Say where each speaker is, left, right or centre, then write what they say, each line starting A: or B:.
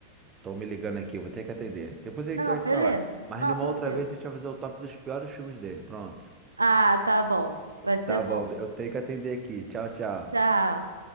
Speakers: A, on the right (about 25°); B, on the right (about 80°).
A: tô me ligando aqui, eu vou ter que atender. Depois a
B: Não,
A: gente vai
B: beleza.
A: se falar. Mas
B: Não,
A: em uma
B: tranquilo.
A: outra vez a gente vai fazer o top dos piores filmes dele. Pronto.
B: Ah, tá bom. Vai ser
A: Tá
B: bom.
A: bom, eu tenho que atender aqui. Tchau, tchau.
B: Tchau.